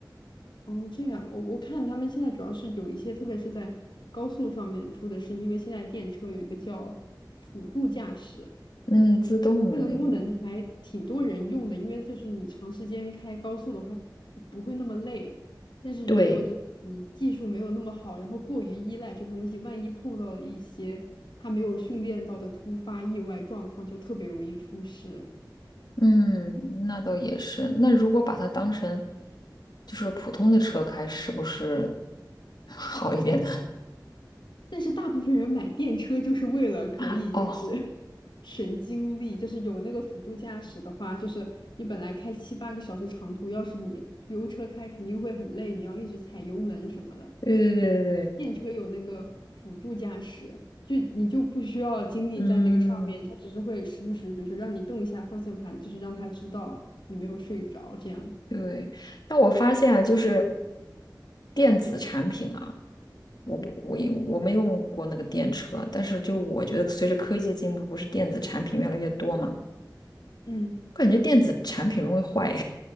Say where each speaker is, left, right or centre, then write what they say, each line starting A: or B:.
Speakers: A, on the left; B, on the left.
A: 哦，这样，我我看他们现在主要是有一些，特别是在高速上面出的是，因为现在电车有一个叫辅助驾驶，
B: 嗯，自动的那个，
A: 呃那个功能还挺多人用的，因为就是你长时间开高速的话不不会那么累，但是如果就你技术没有那么好，
B: 对，
A: 然后过于依赖这个东西，万一碰到了一些他没有训练到的突发意外状况，就特别容易出事。
B: 嗯，那倒也是。那如果把它当成就是普通的车开，是不是 <laughs> 好一点呢？
A: 但是大部分人买电车就是为了可以就是
B: <laughs> 哦，
A: <laughs> 省精力，就是有那个辅助驾驶的话，就是你本来开七八个小时长途，要是你油车开肯定会很累，你要一直踩油门什么的。
B: 对对对对对，
A: 但电车有那个辅助驾驶，就你就不需要精力在那个上面，
B: 嗯，
A: 它只是会时不时，比如说让你动一下方向盘，就是让它知道你没有睡着这样。
B: 对。但我发现啊，就是电子产品啊。我不，我也我没用过那个电车，但是就我觉得随着科技进步，不是电子产品越来越多嘛，
A: 嗯，
B: 我感觉电子产品容易坏，